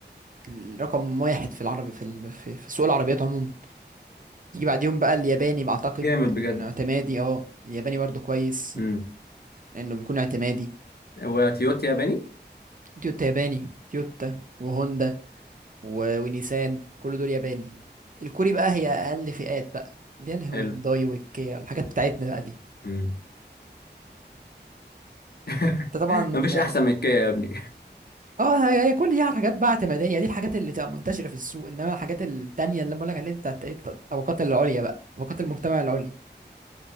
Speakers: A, on the right; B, on the left.
A: الرقم واحد في العربي في ال- في, في سوق العربيات عموما يجي بعديهم بقى الياباني بعتقد
B: جامد بجد
A: إنه اعتمادي اه الياباني برضو كويس
B: امم
A: لانه بيكون اعتمادي
B: وتويوتا ياباني
A: تويوتا ياباني تويوتا وهوندا و- ونيسان كل دول ياباني الكوري بقى هي اقل فئات بقى دي الهونداي
B: حلو
A: والكيا الحاجات بتاعتنا بقى دي
B: مم. <laughs>
A: انت طبعا
B: مفيش احسن من الكيا يا ابني
A: اه هي هي كل دي حاجات بقى اعتماديه دي الحاجات اللي تبقى منتشره في السوق انما الحاجات التانيه اللي انا بقول لك عليها دي بتاعت ايه بتاعت الطبقات العليا بقى طبقات المجتمع العليا